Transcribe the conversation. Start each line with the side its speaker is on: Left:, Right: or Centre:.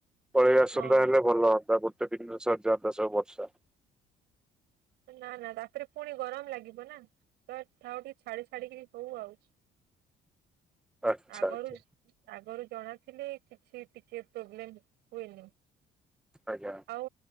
Centre: ପଳେଇ ଆସନ୍ତା
Right: ହଁ
Centre: ହେଲେ ଭଲ ହୁଅନ୍ତା। ତ ତିନି ଦଶ ହଜାର ଦଶ ବର୍ଷ <unintelligible>
Right: ନା ନା ତାପରେ ପୁଣି ଗରମ ଲାଗିବ ନା ତ ଆଉ ଟିକେ ଛାଡି ଛାଡିକରି ହଉ ଆଉ
Centre: ଆଚ୍ଛା
Right: ଆଗରୁ
Centre: ଆଚ୍ଛା
Right: ଆଗରୁ ଜଣାଥିଲେ କିଛି ଟିକେ ପ୍ରୋବ୍ଲେମ ହୁଏନି।
Centre: ଆଜ୍ଞା।
Right: ଆଉ